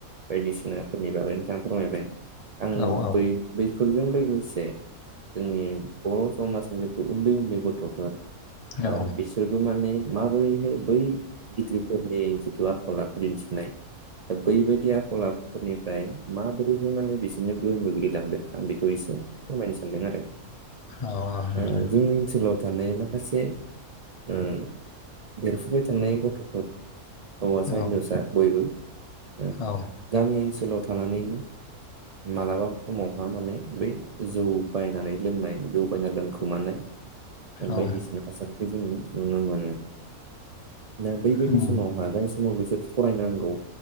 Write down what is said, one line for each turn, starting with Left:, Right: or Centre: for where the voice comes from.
Right: बायदिसिनाफोरनि बागै नोंथाङा फोरमायबाय, आं
Left: औ औ
Right: बै बैफोरजों लोगोसे जोंनि बर' समाजनि जिथु उन्दै उन्दै गथ'फोर ओ बिसि
Left: औ
Right: बिसोरबो माने माबोरैहाय बै गिदिरफोरनि जिथु आखल आखु दिन्थिनाय दा बैबायदि आखल आखुफोरनिफ्राय माबोरैहाय माने बिसोरनो गोहोम गोग्लैलांदों। आं बेखौ एसे फोरमायनो सानदों आरो।
Left: औ औ नोंथां
Right: ओ जोंनि ओनसोलाव थानाय मा खासे उम देरफुबाय थानाय गथ'फोर हौवासा
Left: औ
Right: होनजावसा बयबो ओ
Left: औ
Right: गामि ओनसोलाव थानानै मालाबा समावहा माने बै जौ बायनानै लोंनाय जौ बायना लोंखोमानाय बायदिसिना
Left: औ
Right: थासारिखौ जोङो नुनो मोनो दा बैबायदि
Left: उम
Right: समावहा जाय समाव बिसोर फरायनांगौ